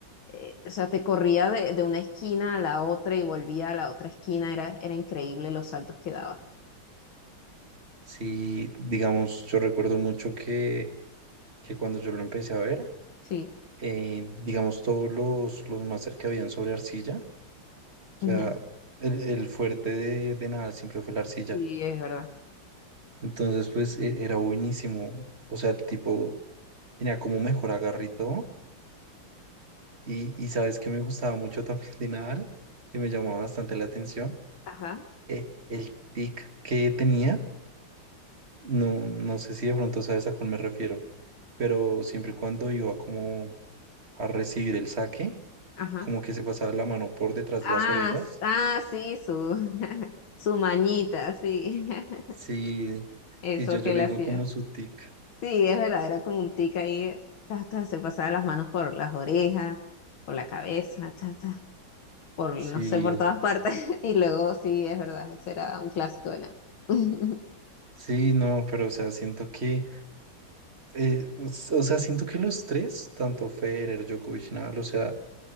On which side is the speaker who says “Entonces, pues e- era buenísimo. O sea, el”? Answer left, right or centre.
Right